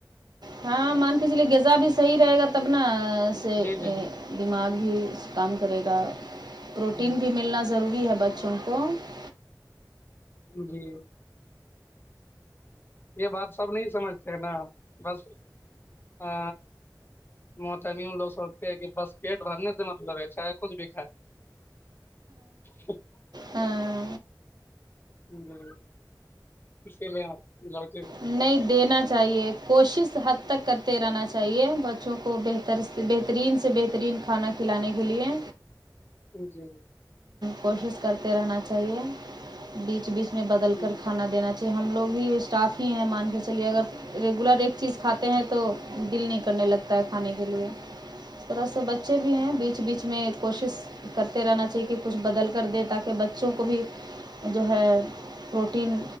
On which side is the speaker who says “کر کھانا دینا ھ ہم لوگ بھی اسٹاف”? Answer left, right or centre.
Right